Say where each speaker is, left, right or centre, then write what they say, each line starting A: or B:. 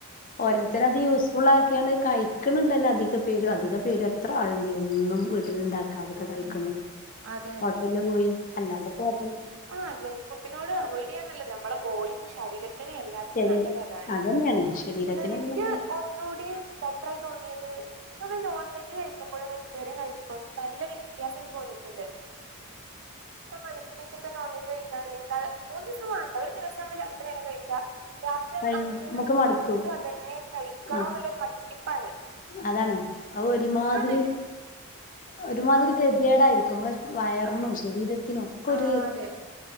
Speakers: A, on the left; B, on the right.
A: ഓരോരുത്തര് അത്
B: ഉം
A: യൂസ്ഫുൾ
B: ഉം
A: ആ ക്കണ് കഴിക്കണ് ണ്ടല്ലോ, അധിക പേരും അധിക പേരും എത്ര ആളുണ്ട് എന്നും വീട്ടിലുണ്ടാ അതൊക്കെ കഴിക്കണോര്
B: ഉം അതെ
A: ഹോട്ടലില് പോയി അല്ലാതെപ്പോ ഹോട്ടൽ.
B: ആ ജങ്ക് ഫുഡിനോട് അവോയിഡ് ചെയ്യാനന്നല്ലത് നമ്മുടെ ബോഡി ശരീരത്തിന് എല്ലാത്തിനും
A: ശരീ
B: നല്ലത് അതാണ്.
A: അതന്നെയാണ് ശരീരത്തിന്
B: എന്നാൽ എനിക്ക്
A: അതിന്
B: ഒന്നൂടി. ബെറ്ററായി തോന്നിയത് നമ്മൾ നോൺ വെജ് കഴിക്കുമ്പോഴും വെജിറ്റേറിയൻ കഴിക്കുമ്പോഴും നല്ല വ്യ വ്യത്യാസം ചിലപ്പോ തോന്നിയിട്ടുണ്ട്. അടുപ്പിച്ചിക്ക നോൺവെജ് കഴിക്കാന്നിണ്ടങ്കില് മൂന്നുദിവസം വേണ്ട, ഒരു ദിവസം എങ്കിലു രണ്ടു നേരം കഴിച്ച. രാത്രി
A: കഴിഞ്ഞു
B: ആവുമ്പത്തന് നമുക്ക്
A: മടുത്തു
B: വീണ്ടും അതന്നെ കഴിക്കണോന്നുള്ളരു
A: ആ
B: മടിപ്പാണ്.
A: അതാണ് അത് ഒരുമാതിരി.
B: വെജി
A: ഒരുമാതിരി
B: ആഹ്
A: ഗതിയേടായിരിക്കും, നമ്മളെ വയറിനും,
B: ആഹ്
A: ശരിരത്തിനുക്ക
B: ആഹ്
A: ഒര്.
B: അതെ